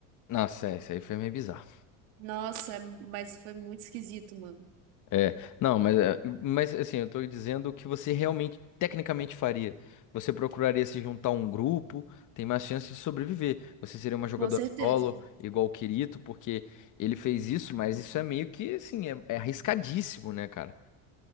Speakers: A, on the left; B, on the right.
A: Nossa, é, isso aí foi meio bizarro.
B: Nossa, é, mas foi muito esquisito, mano.
A: É, não, mas, é, mas assim, eu tô dizendo o que você realmente, tecnicamente faria. Você procuraria se juntar a um grupo, tem mais chance de sobreviver. Você seria uma jogadora
B: Com certeza.
A: solo, igual o Kirito, porque ele fez isso, mas isso é meio que, assim, é, é arriscadíssimo, né, cara?